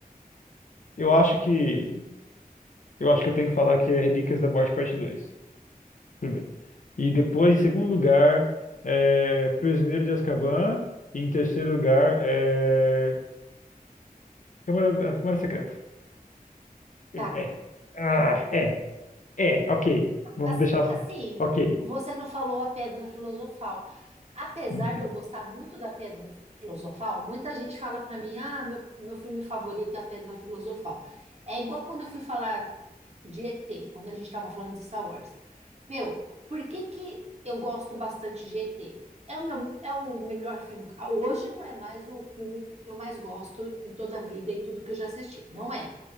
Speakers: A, on the left; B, on the right.
A: Eu acho que eu acho que eu tenho que falar que é Relíquias da Morte Parte dois. primeiro. E depois, em segundo lugar, é Prisioneiro de Azkaban, e em terceiro lugar é Câmara, da- Câmara Secreta. Eu
B: Tá,
A: é. Ah, é. É, ok. Vamos
B: Ass-
A: deixar assim.
B: Assim,
A: Ok.
B: você não falou a pedra filosofal. Apesar
A: Não.
B: de eu gostar muito da Pedra Filosofal, muita gente fala para mim: ah, meu, meu filme favorito é a Pedra Filosofal. É igual quando eu fui falar de ET, quando a gente estava falando de Star Wars. Meu, por que que eu gosto bastante de ET? É o meu, é o melhor filme. ah, Hoje não é mais o filme que eu mais gosto em toda a vida, em tudo que eu já assisti. Não é.